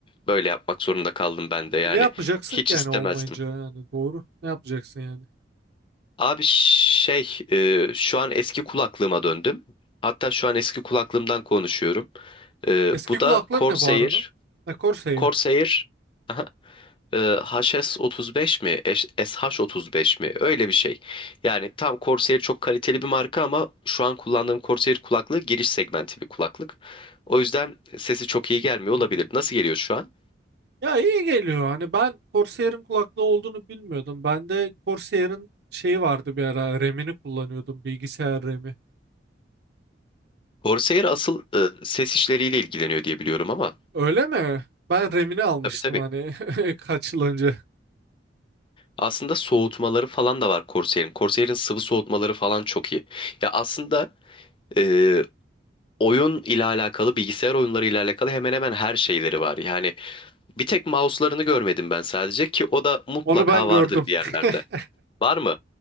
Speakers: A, on the left (about 30°); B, on the right (about 60°).
A: böyle yapmak zorunda kaldım ben de yani
B: E ne yapacaksın
A: hiç
B: ki yani
A: istemezdim.
B: olmayınca yani doğru. Ne yapacaksın yani?
A: Abi şey e, şu an eski kulaklığıma döndüm. Hatta şu an eski kulaklığımdan konuşuyorum. E,
B: Eski
A: bu
B: kulaklığın
A: da Corsair.
B: ne bu arada? Ha, Corsair.
A: Corsair aha, e, HS35 mi? Eş- SH35 mi? Öyle bir şey. Yani tam Corsair çok kaliteli bir marka ama şu an kullandığım Corsair kulaklığı giriş segmenti bir kulaklık. O yüzden sesi çok iyi gelmiyor
B: Hmm.
A: olabilir. Nasıl geliyor şu an?
B: Ya iyi geliyor. Hani ben Corsair'in kulaklığı olduğunu bilmiyordum. Ben de Corsair'in şeyi vardı bir ara. RAM'ini kullanıyordum. Bilgisayar RAM'i.
A: Corsair asıl e, ses işleriyle ilgileniyor diye biliyorum ama
B: Öyle mi? Ben RAM'ini almıştım
A: tabii tabii.
B: hani <laughs> kaç yıl önce.
A: Aslında soğutmaları falan da var Corsair'in. Corsair'in sıvı soğutmaları falan çok iyi. Ya aslında e, oyun ile alakalı, bilgisayar oyunları ile alakalı hemen hemen her şeyleri var. Yani bir tek mouse'larını görmedim ben sadece ki o da mutlaka
B: Onu ben gördüm.
A: vardır bir yerlerde.
B: <laughs>
A: Var mı?